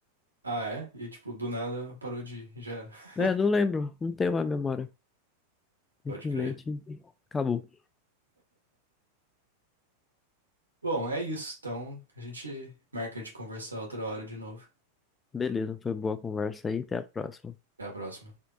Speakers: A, on the right; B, on the left.
A: Ah, é? E tipo, do nada parou de ir, já era. <laughs>
B: É, não lembro, não tenho mais memória. Simplesmente
A: Pode crer.
B: acabou.
A: Bom, é isso. Então a gente marca de conversar outra hora de novo.
B: Beleza, foi boa a conversa aí, até a próxima.
A: Até a próxima.